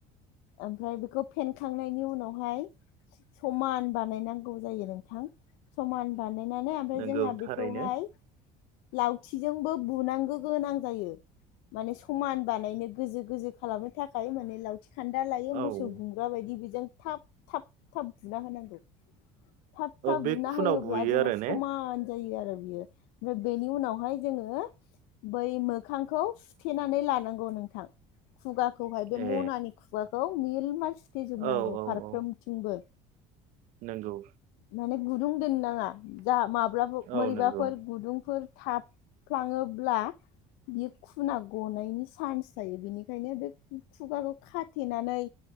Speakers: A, on the left; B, on the right.
A: ओमफ्राय बेखौ फेनखांनायनि उनावहाय समान बानायनांगौ जायो नोंथां। समान बानायनानै ओमफ्राय
B: नंगौ
A: जोंहा बेखौहाय
B: थारैनो
A: लावथिजोंबो बुनांगौ गोनां जायो। माने समान बानायनो गोजो गोजो खालामनो थाखाय माने लाव थिखान्दा लायो मोसौ
B: औ
A: गुमग्रा बायदि बेजों थाब थाब थाब बुना होनांगौ। थाब थाब
B: बे
A: बुना
B: खुनाव
A: होयोब्ला
B: बुयो
A: जोंहा
B: आरो
A: समा
B: ने
A: समान जायो आरो बियो ओमफ्राय बेनि उनावहाय जोङो। बै मोखांखौ सुथेनानै लानांगौ नोंथां खुगा खौहाय बे
B: ए
A: मनानि खुगाखौ मिल माल सु थेजोबनांगौ
B: औ औ
A: फारफ्रोमथिंबो।
B: औ नंगौ
A: माने गुदुं दोननो नाङा। जा माब्लाबा मोरैबाफोर
B: औ नंगौ
A: गुदुंफोर थाफ्लाङोब्ला बियो। खुना गनायनि सान्स थायो। बेनिखायनो बे खुगाखौ खाथेनानै